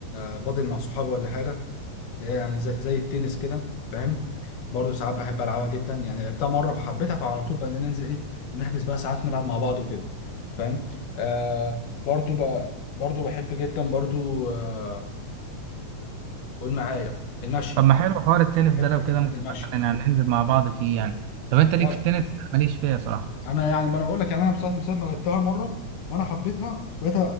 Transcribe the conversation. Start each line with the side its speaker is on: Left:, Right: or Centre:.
Left: آه، بادل مع صحابي ولا حاجه اللي هي يعني زي زي التنس كده فاهم برضه ساعات بحب العبها جدا يعني لعبتها مره فحبيتها فعلى طول بقى ننزل ايه نحجز بقى ساعات نلعب مع بعض وكده فاهم آه برضه بقى برضه بحب جدا برضه آه قول معايا المشي
Right: طب ما حلو حوار التنس
Left: بحب
Right: ده لو
Left: جدا
Right: كده ممكن
Left: المشي
Right: مثلا يعني ننزل مع بعض فيه يعني طب انت ليك
Left: والله
Right: في التنس أنا ماليش فيها صراحه
Left: انا يعني ما انا اقول لك يعني انا بصراحه من ساعه ما لعبتها مره وانا حبيتها بقيت